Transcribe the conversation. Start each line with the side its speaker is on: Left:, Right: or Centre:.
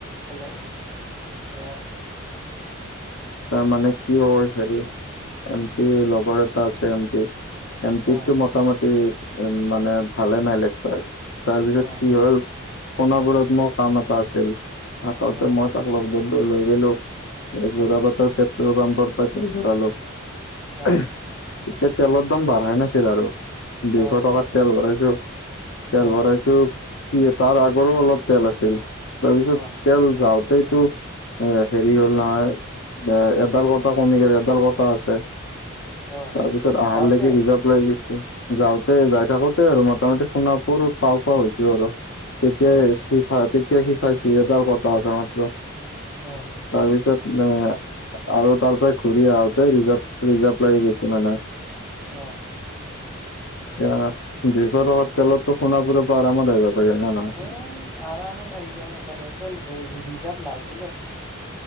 Centre: হেল্ল', অ'।
Left: তই মানে কি হ হেৰি, এমতি লগৰ এটা আছে। <unintelligible> এমটটো
Centre: অঁ
Left: মোটামুটি উম, মানে ভালে মাইলেজ পাই। তাৰপিছত
Centre: অঁ
Left: কি হ'ল, সোণাপুৰত মোৰ কাম এটা আছিল, আহোতে
Centre: অঁ
Left: মই তাক লগ ধৰলো লৈ গ'লো। এই যোৰা
Centre: অঁ
Left: পাটৰ পেট্ৰল পাম্পৰ পাৰা তেল ভৰাল।
Centre: অঁ
Left: তেতিয়া তেলৰ দাম বাঢ়াই নাছিল আৰু, দুশ
Centre: অঁ
Left: টকাত তেল ভৰাইছো। তেল
Centre: অঁ
Left: ভৰাইছো। কি তাৰ আগৰো অলপ তেল আছিল, তাৰপিছত
Centre: অঁ
Left: তেল যাওঁতেইতো এ হেৰি হ'ল নহয় এ এডাল কথা কমি গেলে এডাল কথা আছে।
Centre: অঁ
Left: তাৰপিছত আহাৰ
Centre: যাওঁতে
Left: লগি নিজক। যাওঁতে যাই থাকোতে আৰু মোটামুটি সোণাপুৰত পাৰ্কো হৈছো আৰু। তেতিয়া
Centre: অঁ
Left: সি চাই তেতিয়া সি চাইি এডাৰ কথা আছে মাত্ৰ।
Centre: উম।
Left: তাৰপিছত মানে। আৰু তাৰ পৰা ঘূৰি আহোতে ৰিজাৰ্ভ লৈ গৈছে মানে
Centre: অ
Left: অ দুশ টকাত তেলত সোণাপোৰে পৰা আৰামত আহিব পাৰী হয়নে নহয়
Centre: এ আৰামত আহি যাব পাৰে তেল ৰিজাৰ্ভ নাগিলে হয়।